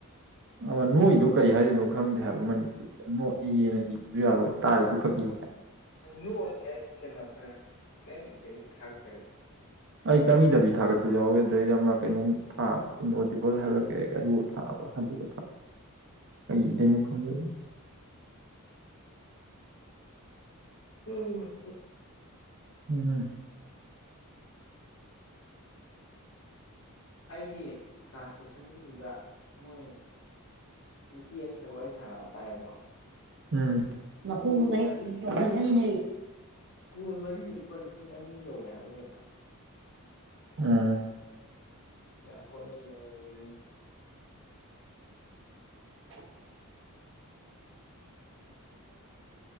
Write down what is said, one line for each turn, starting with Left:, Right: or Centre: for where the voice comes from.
Right: ꯑꯥ ꯅꯣꯛꯏꯗꯣ ꯀꯔꯤ ꯍꯥꯏꯗꯣꯏꯅꯣ ꯈꯪꯗꯦ ꯍꯥꯏꯕ ꯃꯅꯤ ꯅꯣꯛ ꯏꯌꯦꯅ ꯏꯕꯁꯨ ꯌꯥꯔꯣꯏ ꯇꯥꯔꯤꯗꯨ ꯈꯛ ꯏꯌꯨ ꯍꯥꯏ
Left: ꯅꯣꯛꯑꯗꯤ ꯑꯩꯗꯤ ꯀꯩꯅꯣ ꯇꯧꯔꯦ ꯀꯩꯝ ꯏꯗꯕꯤ ꯊꯥꯒꯠꯈ꯭ꯔꯦ ꯑꯗꯨꯝ
Right: ꯑꯩ ꯀꯩꯝ ꯏꯗꯕꯤ ꯊꯥꯒꯠꯄꯁꯨ ꯌꯥꯎꯋꯦ ꯑꯗꯨꯗꯩꯩ ꯑꯃ ꯀꯩꯅꯣꯝ ꯊꯕꯗꫭ ꯏꯟ ꯑꯣꯗꯤꯕꯜ ꯍꯥꯏꯕꯔꯥ ꯀꯩ ꯑꯗꯨ ꯊꯥꯕ꯭ꯔꯥ ꯑꯗꯨꯒ ꯀꯩ ꯏꯗꯣꯏꯅꯣ ꯈꯪꯗꯕ
Left: ꯎꯝ
Right: ꯎꯝ
Left: ꯑꯩꯒꯤ ꯇ꯭ꯔꯥꯟꯁꯀ꯭ꯔꯤꯞꯁꯟꯒꯤꯗꯨꯗ ꯃꯣꯏ ꯅꯨꯄꯤ ꯑꯅꯤꯈꯛ ꯋꯥꯔꯤ ꯁꯥꯕ ꯇꯥꯏꯌꯦꯕꯀꯣ
Right: ꯎꯝ ꯃꯈꯣꯡꯗꯨ
Left: ꯀꯣꯜ
Right: ꯃꯍꯤꯛ
Left: ꯃꯔꯤꯗ
Right: ꯆꫭꯡꯁꯟꯒꯅꯤꯅꯦ
Left: ꯀꯣꯜ ꯃꯔꯤꯗ ꯂꯨꯄꯥ ꯂꯤꯁꯤꯡ ꯑꯅꯤ ꯌꯧꯋꯦ ꯍꯥꯏꯕ꯭ꯔꯥ ꯀꯩꯅꯣ
Right: ꯎꯝ
Left: ꯌꯥꯝ ꯍꯣꯠꯅꯩ ꯅꫭꯏꯒꯤꯗꯤ <unintelligible>
Right: <unintelligible>